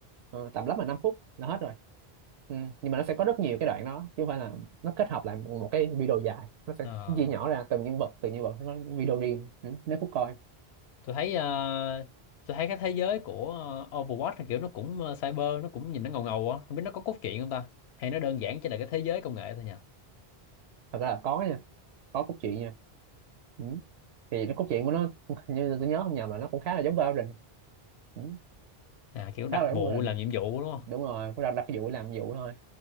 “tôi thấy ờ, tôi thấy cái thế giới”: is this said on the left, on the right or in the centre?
Left